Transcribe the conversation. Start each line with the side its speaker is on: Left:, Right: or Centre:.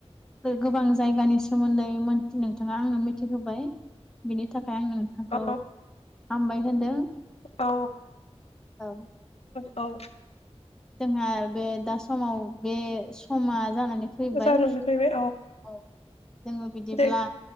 Centre: गोबां जायगानि सोमोन्दै नोंथाङा आंनो मिथिहोबाय बिनि थाखाय आं नोंथांखौ
Left: औ
Centre: हामबाय होनदों।
Left: औ
Centre: औ
Left: औ औ।
Centre: जोंहा बे दा समाव बे समा जानानै फैबाय
Left: जानो फैबाय
Centre: औ। जोङो बिदिब्ला
Left: दे